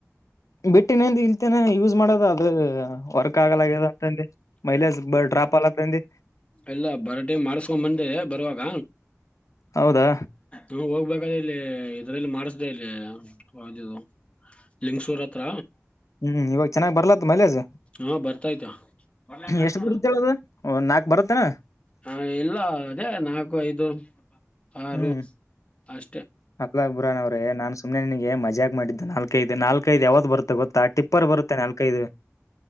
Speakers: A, on the left; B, on the left.
A: ಬಿಟ್ಟಿನಂದು ಇಲ್ತೇನೆ ಯೂಸ್ ಮಾಡೋದು ಅದು ವರ್ಕ್ ಆಗಲ್ಯ ಅಂತಂದೆ ಮೈಲೇಜ್ ಬ ಡ್ರಾಪ್ ಅಲತ್ತಿ
B: ಎಲ್ಲ ಬರಟೆ ಮಾಡಸ್ಕೊಂಡ್ ಬಂದೇ ಬರುವಾಗ
A: ಹೌದಾ
B: ಊ ಹೋಗಬೇಕ ಇಲ್ಲಿ ಇದರಲ್ಲಿ ಮಾಡಸ್ದೇ ಇಲ್ಲಿ ಯಾವುದು ಇದು ಲಿಂಗಸೂರ್ ಹತ್ರ
A: ಹ್ಮ್ ಇವಾಗ ಚೆನ್ನಾಗ್ ಬರ್ಲತ್ ಮೈಲೇಜ್
B: ಹಾ ಬರ್ತಾಯಯ್ತಾ <unintelligible>
A: ಎಷ್ಟು ಬರುತ್ತೇಳದು ನಾಕ್ ಬರುತ್ತೇನ
B: ಹ ಎಲ್ಲ ಹೆ ನಾಲ್ಕು ಐದು ಆರು
A: ಹ್ಮ್
B: ಅಷ್ಟೇ
A: ಅಕ್ಲ ಅಬುರಾನ್ ಅವ್ರೆ ನಾನ್ ಸುಮ್ನೆ ನಿನಗೆ ಮಜ್ಜ ಜಾಗ ಮಾಡಿದ್ದು ನಾಲ್ಕೈದು ನಾಲ್ಕೈದು ಯಾವ್ದ್ ಬರುತ್ತೆ ಗೊತ್ತಾ ಟಿಪ್ಪರ್ ಬರುತ್ತೆ ನಾಲ್ಕೈದು